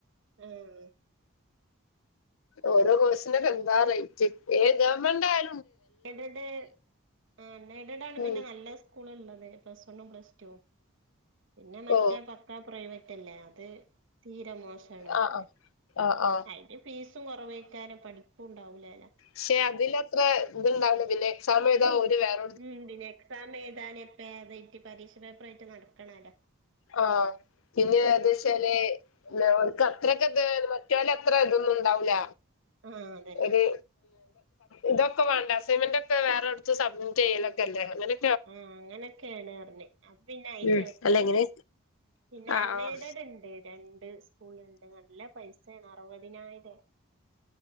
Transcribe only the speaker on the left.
ഓരോ കോഴ്സിനൊക്കെന്താ റേറ്റ് ഏ ഗവൺമെന്റായാ
ഉം
ഓ
ആഹ്
ആഹ് ആഹ് ആഹ്
ക്ഷെ അതിലത്ര ഇതുണ്ടാവില്ല പിന്നെ എക്സാമെഴുതാ ഓര് വേറെ
ആഹ് പിന്നെ അത് വച്ചാല് ഓര്ക്ക ത്രക്കത് മറ്റൊലത്ര ഇതൊന്നും ഇണ്ടാവൂല
ഒര് ഇതൊക്കെ വേണ്ടെ അസൈൻമെന്റൊക്കെ വേറെ അടുത്ത് സബ്മിറ്റ് ചെയ്യലൊക്കെല്ലേ അങ്ങനെ
ഉം
അല്ല എങ്ങനെ
ആഹ്
ആഹ്